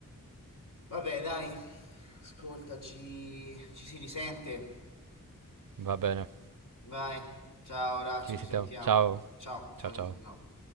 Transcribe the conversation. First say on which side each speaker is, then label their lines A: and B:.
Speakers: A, on the left; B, on the right.
A: Vabbè, dai, ascoltaci, ci si risente.
B: Va bene,
A: Vai, ciao Orazio,
B: ci sentiamo.
A: ci sentiamo.
B: Ciao,
A: Ciao, ciao,
B: ciao, ciao.
A: ciao, ciao. ciao.